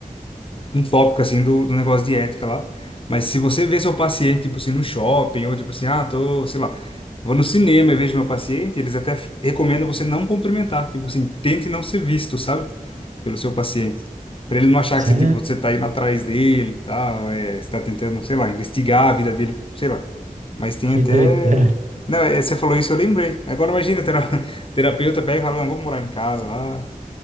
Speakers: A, on the left; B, on the right.
A: um tópico assim do, do negócio de ética lá. Mas se você vê seu paciente, tipo assim, no shopping, ou tipo assim, ah, tô, sei lá, vou no cinema e vejo meu paciente, eles até f- recomendam você não cumprimentar, tipo assim, tente não ser visto, sabe? Pelo seu paciente. Pra ele não achar
B: Isso
A: que você,
B: é-
A: tipo, você tá indo atrás dele e tal, é, você tá tentando, sei lá, investigar a vida dele, sei lá. Mas tem
B: Que
A: até.
B: doideira.
A: Não, é, você falou isso, eu lembrei. Agora imagina, tera- <laughs> terapeuta pega e fala, não, vou morar em casa lá.